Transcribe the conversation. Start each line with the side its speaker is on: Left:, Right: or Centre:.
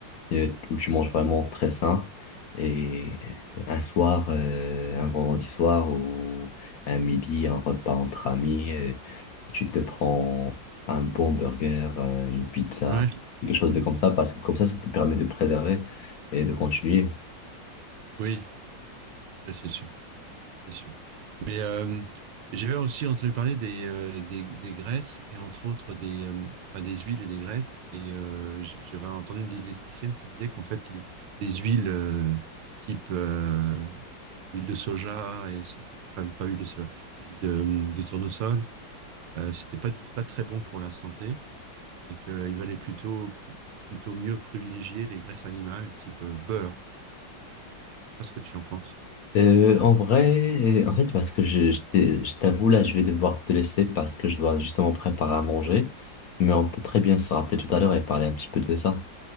Left: et- où tu manges vraiment très sain. Et un soir, euh, un vendredi soir ou un midi, un repas entre amis, et tu te prends un bon burger, euh, une pizza,
Right: Ouais,
Left: quelque chose de comme ça, parce que comme ça, ça te permet de préserver et de continuer.
Right: oui, ouais, c'est sûr, c'est sûr. Mais euh, j'avais aussi entendu parler des, euh, des, des graisses et entre autres des, euh, enfin, des huiles et des graisses. Et euh, j- j'avais entendu une diététicienne qui disait qu'en fait, les, les huiles euh, type euh, huile de soja, et c'est- enfin, pas huile de soja, huile de, de tournesol, euh, c'était pas, du- pas très bon pour la santé et qu'il valait plutôt, pl- plutôt mieux privilégier les graisses animales type euh, beurre. Je sais pas ce que tu en penses.
Left: Euh, en vrai, euh, en fait, parce que je, je t'ai- je t'avoue, là, je vais devoir te laisser parce que je dois justement préparer à manger, mais on peut très bien se rappeler tout à l'heure et parler un petit peu de ça.